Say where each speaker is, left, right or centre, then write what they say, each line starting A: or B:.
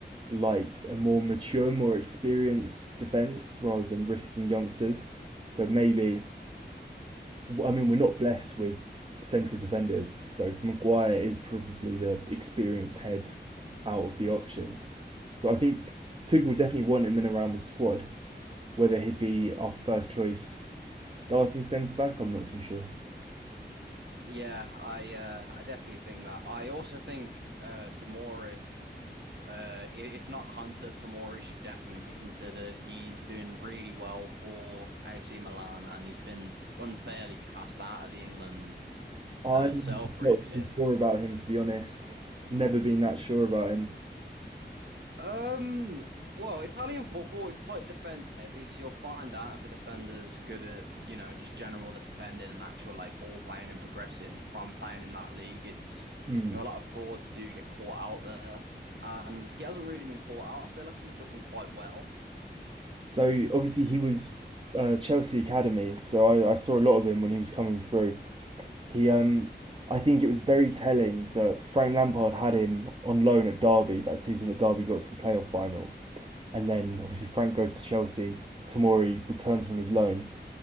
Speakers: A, on the right; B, on the right.
A: like a more mature, more experienced defence rather than risking youngsters. So maybe, I mean, we're not blessed with central defenders. So Maguire is probably the experienced head out of the options. So I think Tuchel will definitely want him in around the squad. Whether he'd be our first choice starting centre back, I'm not too sure.
B: Yeah, I uh, I definitely think that. I also think uh, Tomori, uh, i- if not Konsa, Tomori should definitely be considered. He's doing really well for AC Milan, and he's been unfairly cast out of the England
A: I'm
B: uh, setup, really.
A: not too sure about him, to be honest. Never been that sure about him.
B: Um, well, Italian football, it's quite defense heavy, so you'll find out if a defender's good at, you know, just general defending and actual like ball playing and progressing from playing in that league. It's,
A: Hmm.
B: you know, a lot of frauds do get caught out there, and he hasn't really been caught out. I feel like he's done quite well.
A: So obviously he was uh, Chelsea academy, so I, I saw a lot of him when he was coming through. He, um, I think it was very telling that Frank Lampard had him on loan at Derby that season that Derby got to the playoff final, and then obviously Frank goes to Chelsea. Tamori returns from his loan,